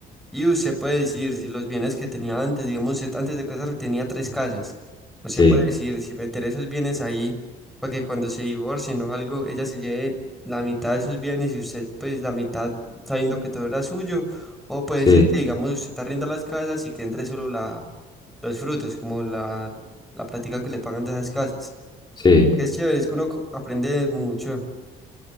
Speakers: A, in the centre; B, on the left.
A: Y usted puede decir si los bienes que tenía antes, digamos, usted antes de casarse tenía tres casas. Usted
B: sí,
A: puede decir si meter esos bienes ahí para que cuando se divorcien o algo, ella se lleve la mitad de esos bienes y usted pues la mitad sabiendo que todo era suyo. O puede
B: sí,
A: decir que, digamos, usted arrienda las casas y que entre solo la, los frutos, como la, la plática que le pagan de esas casas.
B: sí.
A: Es chévere, es que uno co- aprende mucho.